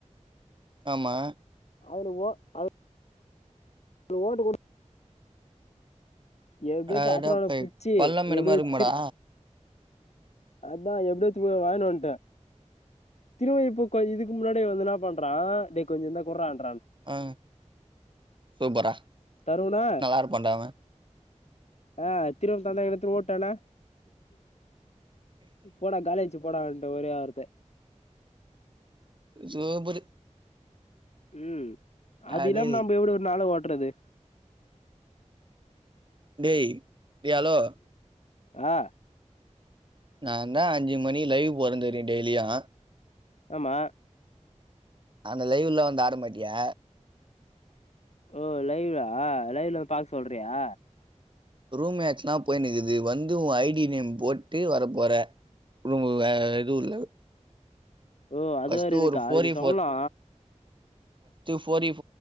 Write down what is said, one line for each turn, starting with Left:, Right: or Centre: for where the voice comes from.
Right: ஆமா
Left: அதுல ஒ அ ஓட்டு கொட எப்டியோ
Right: அடப்
Left: அப்ற அவன
Right: பய்
Left: புச்சி
Right: பள்ளம் மேடுமா
Left: எப்டியோ
Right: இருக்குமாடா?
Left: திரு அதா எப்படியோத்துப் போய் வாங்கினு வன்டே திரும்ம இப்ப கொஞ் இதுக்கு முன்னாடி வந்து ன்னா பண்றா டேய் கொஞ்ச ருந்தா கொடுறான்
Right: அஹ் சூப்பரா
Left: தருவனா
Right: நல்லா இருப்பன்டா அவ
Left: ஆஹ் திருவ தந்தா எடுத்து ஓட்டான்னா போடா காலேஜு போடாவ்ன்ட்ட ஒரே வார்த்த
Right: ஜுப்பரு
Left: உம் அது
Right: அடேய்
Left: இல்லா
Right: டேய்
Left: நம்ம எப்டி வு ஒரு நாள ஓட்றது
Right: டேய் ஏ அலோ
Left: ஆஹ்
Right: நான்்தான் அஞ்சு மணி லைவ் போறந்துறன் டெய்லியா
Left: ஆமா
Right: ஆந்த லைவ்ல வந்து ஆர மாட்டியா
Left: ஓ லைவா லைவ்ல வந்து பாக்க சொல்றியா
Right: ரூம் மேட்சலாம் போய நக்குது வந்து உ ஐடி நேம் போட்டு வரப்போற ரொம்ப வே எதுவும் இல்
Left: ஓ அது
Right: ப்ட
Left: வேற இருக்கா
Right: ஒரு ப
Left: அது நீ சொல்லா
Right: போர் ஒு